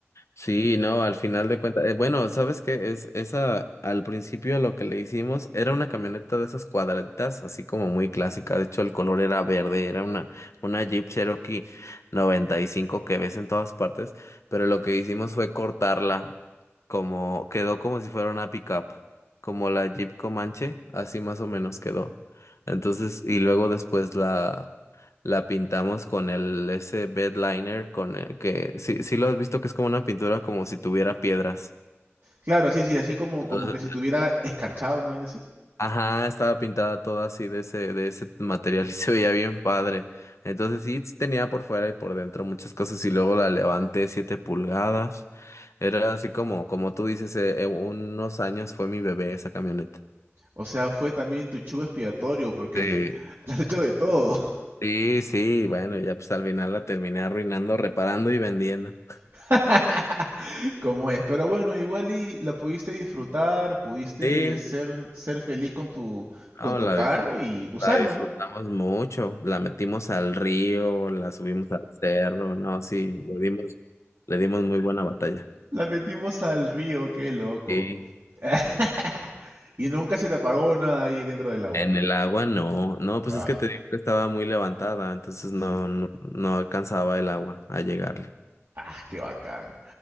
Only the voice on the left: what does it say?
Sí, no, al final de cuentas, eh, bueno, ¿sabes qué? Es esa, al principio lo que le hicimos era una camioneta de esas cuadraditas, así como muy clásica, de hecho el color era verde, era una, una Jeep Cherokee 95 que ves en todas partes, pero lo que hicimos fue cortarla, como, quedó como si fuera una pickup, como la Jeep Comanche, así más o menos quedó. Entonces, y luego después la la pintamos con el ese bed liner con el que sí, sí lo has visto que es como una pintura como si tuviera piedras.
Entonces,
ajá, estaba pintada toda así de ese de ese material y <laughs> se veía bien padre. Entonces sí, sí tenía por fuera y por dentro muchas cosas y luego la levanté siete pulgadas. Era así como como tú dices, eh, eh, unos años fue mi bebé esa camioneta.
Sí,
sí, sí, bueno, ya pues al final la terminé arruinando, reparando y vendiendo.
Sí.
No,
la
disfrut-
la disfrutamos
mucho. La metimos al río, la subimos al cerro. No, sí, le dimos, le dimos muy buena batalla.
Sí.
En el agua no. No, pues
es que te digo que estaba muy levantada, entonces
no, no, no alcanzaba el agua a llegarle.